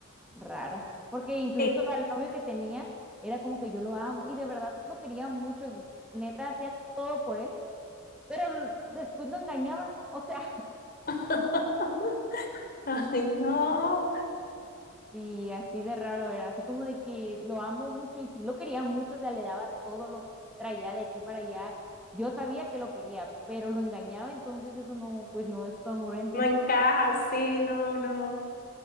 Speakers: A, in the centre; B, on the left.
A: rara. Porque incluso
B: sí.
A: al novio que tenía era como que yo lo amo y de verdad lo quería mucho y neta hacía todo por él, pero l- después lo engañaba. O sea,
B: <laughs> Ay, no,
A: Sí, así de raro era, así como de que lo amo mucho y sí lo quería mucho, o sea, le daba todo, lo traía de aquí para allá. Yo sabía que lo quería, pero lo engañaba, entonces eso no, pues no es congruente.
B: no encaja, sí, no, no.